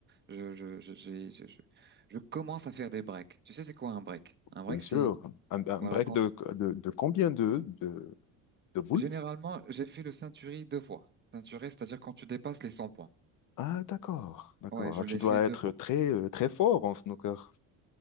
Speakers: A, on the right; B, on the left.
A: je, je, je, j'ai- je, je, je commence à faire des breaks. Tu sais, c'est quoi un break? Un break,
B: Bien sûr.
A: c'est,
B: Un, un
A: voilà,
B: break
A: quand,
B: de, de, de combien de, de, de boules?
A: généralement, j'ai fait le ceinturier deux fois. Ceinturier, c'est-à-dire quand tu dépasses les 100 points.
B: Ah, d'accord, d'accord.
A: Ouais,
B: Alors,
A: je
B: tu
A: l'ai
B: dois
A: fait deux
B: être
A: fois.
B: très, euh, très fort en snooker.